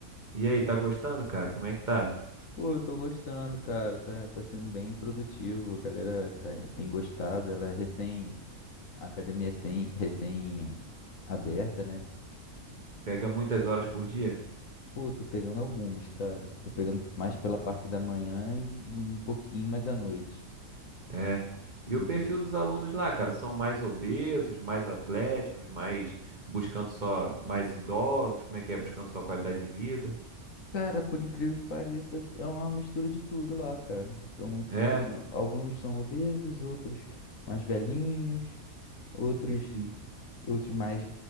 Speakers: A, on the right; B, on the left.
A: E aí, tá gostando, cara? Como é que tá?
B: Pô, eu tô gostando, cara. Tá, tá sendo bem produtivo. A galera tá- tem gostado. Ela é recém. A academia é sem- recém aberta, né?
A: Pega muitas horas por dia?
B: Pô, tô pegando algumas, cara. Tô pegando mais pela parte da manhã e, e um pouquinho mais à noite.
A: É. E
B: Uhum.
A: o perfil dos alunos lá, cara, são mais obesos, mais atléticos, mais buscando só mais idosos, como é que é? Buscando só qualidade de vida.
B: Cara, por incrível que pareça, é uma mistura de tudo lá, cara. Então,
A: É.
B: tem alguns são obesos, outros mais velhinhos, outros
A: E, e-
B: outros mais